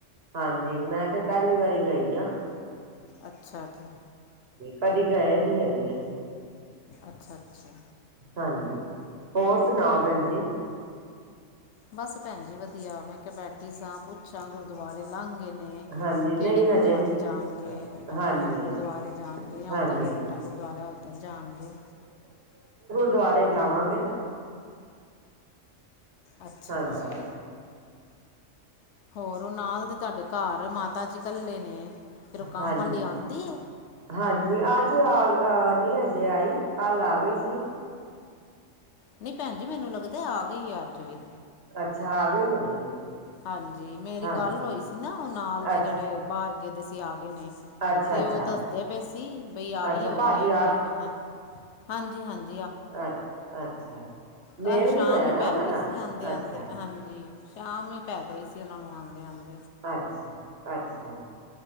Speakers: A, on the right; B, on the left.
A: ਹਾਂਜੀ ਮੈਂ ਤੇ ਪਹਿਲੀ ਵਾਰੀ ਗਈ। <unintelligible>
B: ਅੱਛਾ ਜੀ।
A: ਕਦੇ ਗਏ ਨੀ ਹੈਗੇ ਅਸੀਂ
B: ਅੱਛਾ ਅੱਛਾ
A: ਹਾਂਜੀ ਹੋਰ ਸੁਣਾਓ ਭੈਣ ਜੀ
B: ਬਸ ਭੈਣ ਜੀ ਵਧੀਆ ਮੈਂ ਕੇ ਬੈਠੀ ਸਾਂ ਪੁੱਛਾਂ ਗੁਰ ਦੁਬਾਰੇ ਲੰਘ ਗਗੇ ਆਪਣੇ
A: ਹਾਂਜੀ ਨਹੀਂ
B: ਕਿਹੜੇ ਗੁਰਦੁਆਰੇ
A: ਹਜੇ ਨਹੀਂ
B: ਜਾਣਗੇ ਆਪਣੇ
A: ਹਾਂਜੀ
B: ਗੁਰਦੁਆਰੇ ਜਾਣ ਗੇ ਜਾਂ
A: ਹਾਂਜੀ
B: ਉਹ ਭਰੇ ਵੱਡਾ ਗੁਰਦੁਆਰਾ ਉੱਧਰ ਜਾਣਗੇ
A: ਦੁਆਰੇ ਜਾਣਗੇ
B: ਅੱਛਾ
A: ਹਾਂਜੀ
B: ਅੱਛਾ ਹੋਰ ਉਹ ਨਾਲ ਤੇ ਤੁਹਾਡੇ ਘਰ ਮਾਤਾ ਤਾ ਜੀ ਇਕੱਲੇ ਨੇ ਫਿਰ ਉਹ ਕੰਮ
A: ਹਾਂਜੀ-ਹਾਂਜੀ
B: ਵਾਲੀ ਆਉਂਦੀ ਹੈ
A: ਅੱਜ ਆ ਅਹ ਨਹੀਂ ਹਜੇ ਆਈ ਕੱਲ ਆ ਗਈ ਸੀ
B: ਨਹੀਂ ਭੈਣ ਜੀ ਮੈਨੂੰ ਲੱਗਦਾ ਆ ਗਈ ਆ ਅੱਜ ਵੀ
A: ਅੱਛਾ ਆ ਗਈ ਹੋਣੀ ਐ ਫਿਰ
B: ਹਾਂਜੀ ਮੇਰੀ
A: ਹਾਂਜੀ
B: ਗੱਲ ਹੋਈ ਸੀ ਨਾ ਉਹ ਨਾਲ ਦੇ
A: ਅੱਛਾ
B: ਜਿਹੜੇ ਬਾਰਗੇ ਦੇ ਸੀ ਆ ਗਏ ਨੇ
A: ਅੱਛਾ
B: ਤੇ
A: ਅੱਛਾ
B: ਉਹ ਦੱਸਦੇ ਪਏ ਸੀ ਬਈ ਆਹੀ
A: ਅੱਛਾ
B: ਹੋਈ
A: ਭਾਜੀ
B: ਹੈਗੀਐ ਹਾਂਜੀ-ਹਾਂਜੀ
A: ਅੱ ਅੱਛਾ
B: ਕੱਲ
A: ਮੇਲ
B: ਸ਼ਾਮ
A: ਨਹੀਂ ਹੋਇਆ
B: ਹੀ
A: ਨਾ
B: ਪੈ
A: ਉਹਨਾਂ
B: ਗਈ
A: ਨਾਲ
B: ਸੀ ਆਂਦੇ ਆਂਦੇ
A: ਅੱਛਾ
B: ਹਾਂਜੀ ਸ਼ਾਮ ਹੀ ਪੈ ਗਈ ਸੀ ਸੇਲਾਂ ਨੂੰ ਆਂਦੇ ਆਂਦੇ
A: ਅੱਛਾ-ਅੱਛਾ ਹਾਂਜੀ